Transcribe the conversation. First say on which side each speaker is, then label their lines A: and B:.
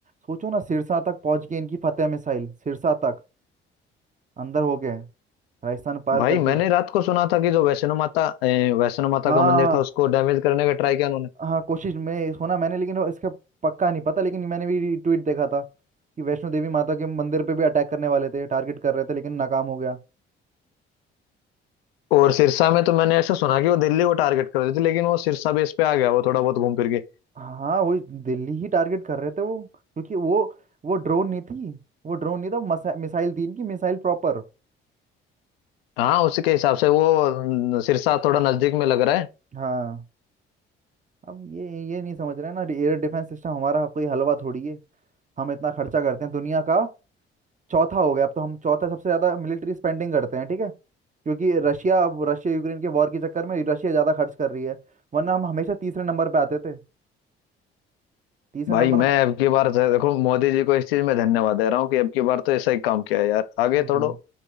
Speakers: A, on the right (about 25°); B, on the left (about 75°).
A: सोचो ना सिरसा तक पहुंच गए इनकी फतेह मिसाइल सिरसा तक अंदर हो गए राजस्थान पार
B: भाई
A: करके
B: मैंने रात को सुना था कि जो वैष्णो माता अ, वैष्णो माता
A: हाँ
B: का मंदिर था उसको डैमेज करने का ट्राई किया
A: हाँ कोशिश में होना मैंने लेकिन वो इसका पक्का नहीं पता लेकिन मैंने भी ट्वीट देखा था कि वैष्णो देवी माता के मंदिर पे भी अटैक करने वाले थे टारगेट कर रहे थे लेकिन नाकाम हो गया
B: और सिरसा में तो मैंने ऐसा सुना कि वो दिल्ली को टारगेट कर रही थी लेकिन वो सिरसा बेस पे आ गया वो थोड़ा बहुत घूम फिर के
A: हाँ वही दिल्ली ही टारगेट कर रहे थे वो क्योंकि वो वो ड्रोन नहीं थी वो ड्रोन नहीं था मिसाइल थी इनकी मिसाइल प्रॉपर
B: हाँ उसके हिसाब से वो न, सिरसा थोड़ा नजदीक में लग रहा है
A: हाँ अब ये ये नहीं समझ रहे हैं ना एयर डिफेंस सिस्टम हमारा कोई हलवा थोड़ी है हम इतना खर्चा करते हैं दुनिया का चौथा हो गया अब तो हम चौथा सबसे ज्यादा मिलिट्री स्पेंडिंग करते हैं ठीक है क्योंकि रशिया अब रशिया यूक्रेन के वॉर के चक्कर में रशिया ज्यादा खर्च कर रही है वरना हम हमेशा तीसरे नंबर पे आते थे तीसरे
B: भाई
A: नंबर
B: मैं
A: म-
B: अब की बार से- देखो मोदी जी को इस चीज में धन्यवाद दे रहा हूँ कि अब की बार तो ऐसा ही काम किया है यार आगे
A: हम्म
B: थोड़ा